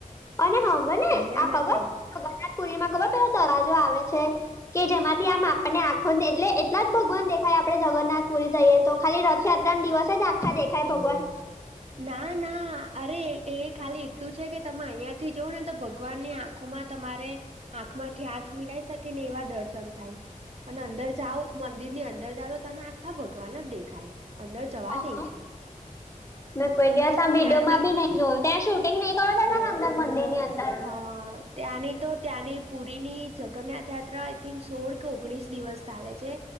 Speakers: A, on the left (about 20°); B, on the right (about 45°).
A: અને હાભળને
B: અહિયાં
A: આ
B: નથી
A: ખબર જગન્નાથ પુરી માં ખબર પેલો દરજો આવે છે. કે જેમાંથી આમ આપણને આખો જ ને એટલે એટલા જ ભગવાન દેખાય આપણે જગન્નાથ પુરી જઈએ તો? ખાલી રથયાત્રાના દિવસે જ આખા દેખાય ભગવાન?
B: ના ના અરે એ ખાલી એટલું છે કે તમે અહિયાથી જોઓ ને તો ભગવાનની આ આંખોમાં તમારે આંખમાંથી આંખ મિલાવી શકીને એવા દર્શન થાય. અને અંદર જાઓ મંદિરની અંદર જાઓ તો તને આખા ભગવાન જ દેખાય. અંદર જવા
A: ઓહો,
B: દે છે.
A: મેં કોઈ દિવસ આમ વિડીયોમાં
B: ત્યાંની
A: બી નહીં જો ત્યાં શૂટિંગ નહીં કરવા દેતા ને અંદર મંદિરની અંદર?
B: હા ત્યાંની તો ત્યાંની પુરીની જગન્નાથ યાત્રા આઈથીંક સોળ કે ઓગણીસ દિવસ ચાલે છે